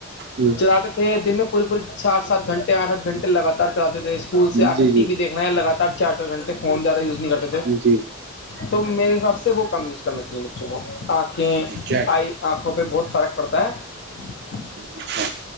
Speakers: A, on the right; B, on the left.
A: ہ
B: جد تر دن میں پوری پوری سات سات گھنٹے آٹ آٹھ گھنٹے لگاتار چلے تھے اسکول سے آ
A: جی
B: کے
A: جی
B: ٹی وی دیکھے ہیں لگاتار چار چار گھنٹے فون زیادہ یوز نہیں کرتےے
A: جی
B: تو میرے حساب سے وہ کم یوز کرنا چاہیے بچوں کو آ کھیں
A: کیا
B: آئی آنکھوں پہ بہت فرق پڑتا ہے
A: اچھا